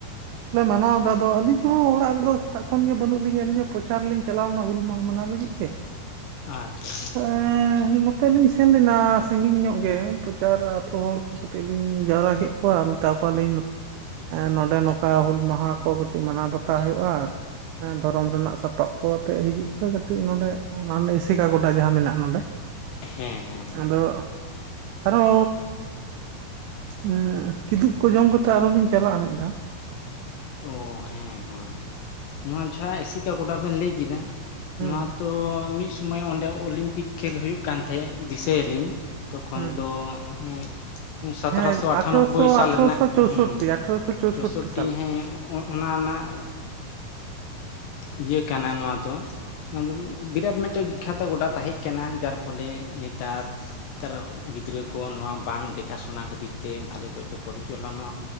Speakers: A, on the right; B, on the left.
A: ᱞᱮ ᱢᱟᱱᱟᱣ ᱮᱫᱟ ᱟᱫᱚ ᱟᱹᱞᱤᱧ ᱦᱚᱸ ᱚᱲᱟᱜ ᱨᱮᱫᱚ ᱥᱮᱛᱟᱜ ᱠᱷᱚᱱ ᱜᱮ ᱵᱟᱹᱱᱩᱜ ᱞᱤᱧᱟ ᱟᱹᱞᱤᱧ ᱦᱚᱸ ᱯᱨᱚᱪᱟᱨ ᱨᱮᱞᱤᱧ ᱪᱟᱞᱟᱣ ᱞᱮᱱᱟ ᱦᱩᱞ ᱢᱟᱦᱟ ᱢᱟᱱᱟᱣ ᱞᱟᱹᱜᱤᱫ ᱾ ᱦᱮᱸ᱾
B: ᱟᱪᱪᱷᱟ ᱟᱪᱪᱷᱟ᱾᱾
A: ᱦᱮᱻ ᱱᱚᱛᱮᱞᱤᱧ ᱥᱮᱱ ᱞᱮᱱᱟ ᱥᱟᱹᱜᱤᱧ ᱧᱚᱜ ᱜᱮ, ᱯᱨᱚᱪᱟᱨ ᱟᱛᱳ ᱦᱚᱲᱠᱚ ᱠᱚᱴᱷᱮᱡ ᱞᱤᱧᱼᱼ ᱡᱟᱣᱨᱟ ᱠᱮᱫ ᱠᱚᱣᱟ ᱛᱟᱯᱚᱨ ᱞᱤᱧᱼᱺ ᱱᱚᱸᱰᱮ ᱱᱚᱝᱠᱟ ᱦᱩᱞ ᱢᱟᱦᱟ ᱠᱚ ᱠᱟᱹᱴᱤᱡ ᱢᱟᱱᱟᱣ ᱵᱟᱛᱟᱣ ᱦᱩᱭᱩᱜᱼᱟ ᱾ ᱦᱮᱸ ᱫᱷᱚᱨᱚᱢ ᱨᱮᱱᱟᱜ ᱥᱟᱯᱟᱵ ᱠᱚ ᱟᱛᱮᱜ ᱦᱤᱡᱩᱜ ᱯᱮ ᱠᱟᱹᱴᱤᱡ ᱱᱚᱸᱰᱮ, ᱢᱟᱱᱞᱮ ᱤᱥᱤᱠᱟ ᱜᱚᱰᱟ ᱡᱟᱦᱟᱸ ᱢᱮᱱᱟᱜᱼᱟ ᱱᱚᱸᱰᱮ ᱾
B: ᱦᱮᱸ ᱦᱮᱸ ᱦᱮᱸ
A: ᱟᱫᱚ, ᱟᱨᱳᱼᱼ ᱦᱩᱸ, ᱠᱤᱫᱩᱵ ᱠᱚ ᱡᱚᱢ ᱠᱟᱛᱮᱜ ᱟᱨᱦᱚᱸ ᱞᱤᱧ ᱪᱟᱞᱟᱜᱼᱟ ᱢᱤᱫ ᱫᱷᱟᱣ ᱾
B: ᱚᱸ ᱦᱮᱸ ᱦᱮᱸ, ᱱᱚᱣᱟ ᱡᱟᱦᱟ ᱤᱥᱤᱠᱟ ᱜᱚᱰᱟ ᱵᱮᱱ ᱞᱟᱹᱭ ᱠᱮᱫᱼᱟ ᱾
A: ᱦᱩᱸ
B: ᱱᱚᱣᱟ ᱛᱚ ᱢᱤᱫ ᱥᱚᱢᱚᱭ ᱚᱸᱰᱮ ᱚᱞᱤᱢᱯᱤᱠ ᱠᱷᱮᱞ ᱦᱩᱭᱩᱜ ᱠᱟᱱ ᱛᱟᱦᱮᱸᱫ ᱫᱤᱥᱟᱹᱭᱟᱞᱤᱧ ᱾ ᱛᱚᱠᱷᱚᱱ
A: ᱦᱩᱸ
B: ᱫᱚ ᱦᱮᱸ ᱾ ᱥᱚᱛᱚᱨᱚᱥᱚ
A: ᱦᱮᱸ
B: ᱟᱴᱷᱟᱱᱚᱵᱽᱵᱚᱭ
A: ᱟᱴᱷᱨᱚᱥᱚ
B: ᱥᱟᱞ
A: ᱟᱴᱷᱨᱚᱥᱚ
B: ᱨᱮᱱᱟᱜ
A: ᱪᱳᱥᱳᱴᱴᱤ
B: ᱦᱮᱸ,
A: ᱟᱴᱷᱨᱚᱥᱚ
B: ᱪᱳᱥᱳᱴᱴᱤ
A: ᱥᱟᱞ
B: ᱦᱮᱸ᱾ ᱚ ᱚᱱᱟ ᱨᱮᱱᱟᱜ, ᱤᱭᱟᱹ ᱠᱟᱱᱟ ᱱᱚᱣᱟ ᱫᱚ ᱾ ᱵᱤᱨᱟᱴ ᱢᱤᱫᱴᱮᱱ ᱵᱤᱠᱷᱟᱛᱚ ᱜᱚᱰᱟ ᱛᱟᱦᱮᱸᱡ ᱠᱟᱱᱟ ᱡᱟᱨ ᱯᱷᱚᱞᱮ ᱱᱮᱛᱟᱨᱼᱼ ᱱᱮᱛᱟᱨ ᱜᱤᱫᱽᱨᱟᱹ ᱠᱚ ᱱᱚᱣᱟ ᱵᱟᱝ ᱫᱮᱠᱷᱟ ᱥᱩᱱᱟ ᱠᱷᱟᱹᱛᱤᱨ ᱛᱮ ᱵᱷᱟᱞᱮ ᱠᱚᱭᱛᱮ ᱯᱚᱨᱤᱪᱚᱞᱚᱱᱟᱼᱼ